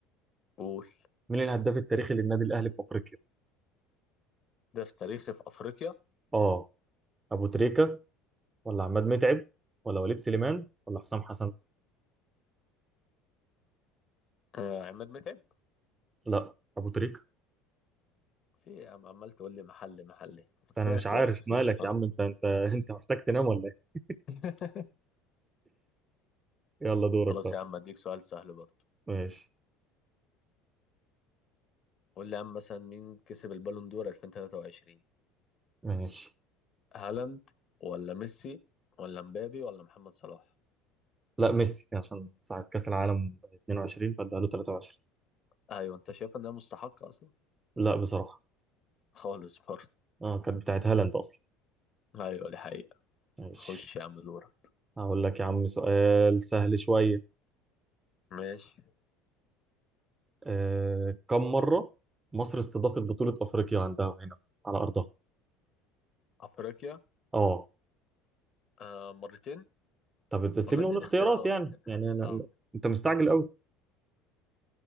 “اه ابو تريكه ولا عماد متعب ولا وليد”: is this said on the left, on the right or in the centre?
Right